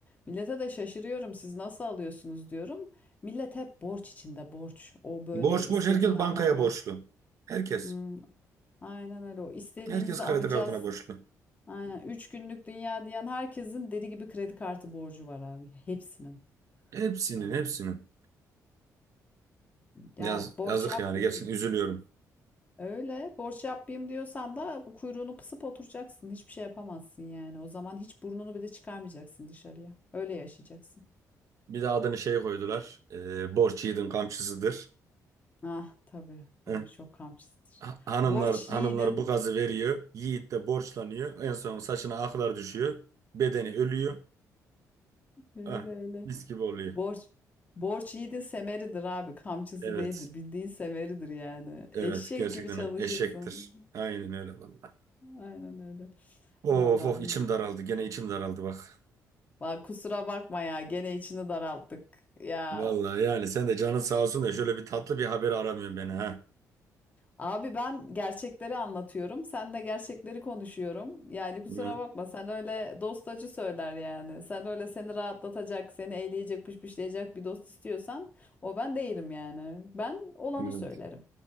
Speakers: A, on the left; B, on the right.
A: Millete de şaşırıyorum. Siz nasıl alıyorsunuz diyorum. Millet hep borç içinde borç. O böyle
B: Borç
A: istediğini
B: borç herkes bankaya
A: alanlar.
B: borçlu. Herkes.
A: Hmm, aynen öyle. O istediğimizi
B: Herkes kredi
A: alacağız.
B: kartına borçlu.
A: Aynen. Üç günlük dünya diyen herkesin deli gibi kredi kartı borcu var abi. Hepsinin.
B: Hepsinin
A: Yani
B: hepsinin.
A: ya
B: Yaz,
A: borç
B: yazık
A: yapmayayım.
B: yani gerçekten üzülüyorum.
A: Öyle borç yapayım diyorsan da bu kuyruğunu pısıp oturacaksın. Hiçbir şey yapamazsın yani. O zaman hiç burnunu bile çıkarmayacaksın dışarıya. Öyle yaşayacaksın.
B: Bir de adını şey koydular. E, borç yiğidin kamçısıdır.
A: Ah tabii tabii
B: Eh,
A: çok kamçısıdır.
B: ha- Hanımlar
A: Borç
B: hanımlar
A: yiğidin.
B: bu gazı veriyor. Yiğit de borçlanıyor. En son saçına aklar düşüyor. Bedeni ölüyor.
A: Öyle
B: Ah,
A: öyle.
B: mis gibi oluyor.
A: Borç borç yiğidin semeridir abi. Kamçısı
B: Evet.
A: değildir. Bildiğin semeridir yani. Eşek
B: Evet gerçekten
A: gibi çalışırsın.
B: eşektir. Aynen öyle vallahi.
A: Aynen öyle.
B: Of
A: Vallahi
B: of
A: bilmiyorum.
B: içim daraldı. Gene içim daraldı bak.
A: Bak kusura bakma ya gene içini daralttık. Ya
B: Vallahi yani sen de canın sağ olsun da şöyle bir tatlı bir haber aramıyorsun beni ha.
A: Abi ben gerçekleri anlatıyorum. Sen de gerçekleri konuşuyorum. Yani kusura
B: Hı,
A: bakma sen öyle dostacı söyler yani. Sen öyle seni rahatlatacak, seni eğleyecek, pışpışlayacak bir dost istiyorsan o ben değilim yani. Ben olanı
B: hı.
A: söylerim.